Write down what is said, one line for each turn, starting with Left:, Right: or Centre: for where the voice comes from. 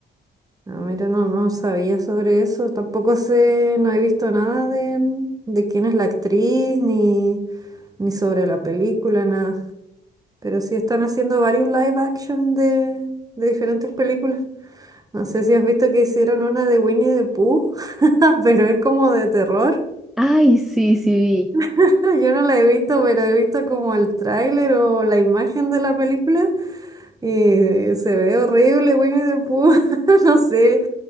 Right: No, mira, no, no sabía sobre eso. Tampoco sé, no he visto nada de, de quién es la actriz, ni, ni sobre la película, nada. Pero sí están haciendo varios live action de, de diferentes películas. No sé si has visto que hicieron una de Winnie the Pooh, <laughs> pero es como de terror.
Centre: Ay, sí, sí, vi,
Right: <laughs> Yo no la he visto, pero he visto como el tráiler o la imagen de la película y se ve horrible Winnie the Pooh. <laughs> No sé,